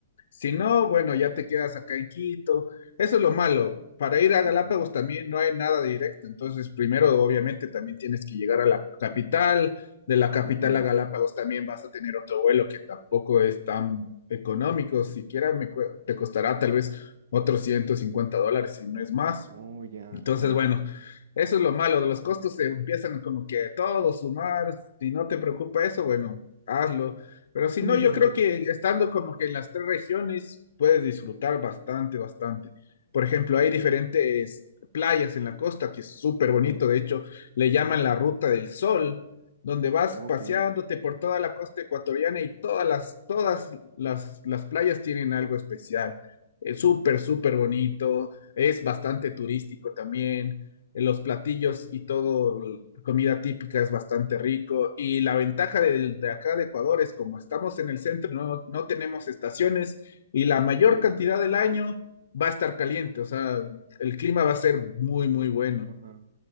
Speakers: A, on the left (about 70°); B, on the right (about 60°).
A: Si no, bueno, ya te quedas acá en Quito. Eso es lo malo. Para ir a Galápagos
B: Ujú.
A: también no hay nada directo. Entonces, primero, obviamente, también tienes que llegar a la capital. De la capital
B: Ujú.
A: a Galápagos también vas a tener otro vuelo que tampoco es tan económico. Siquiera me cue- te costará tal vez otros 150 dólares, si no es más.
B: Oh, ya,
A: Entonces,
B: ajá.
A: bueno, eso es lo malo, los costos se empiezan como que a todo sumar, si no te preocupa eso, bueno, hazlo. Pero si
B: <laughs>
A: no, yo creo que estando como que en las tres regiones puedes disfrutar bastante, bastante. Por ejemplo, hay diferentes playas en la costa que es súper
B: Ujú.
A: bonito, de hecho, le llaman la Ruta del Sol, donde vas
B: Ok.
A: paseándote por toda la costa ecuatoriana y todas las, todas las, las playas tienen algo especial. Es súper, súper bonito es bastante turístico también, eh, los platillos y todo, comida típica es bastante rico y la ventaja del de acá de Ecuador es como estamos en el centro, no, no tenemos estaciones y la mayor
B: Oh, ya.
A: cantidad del año va a estar caliente, o sea, el clima va a ser muy, muy bueno.
B: Ajá.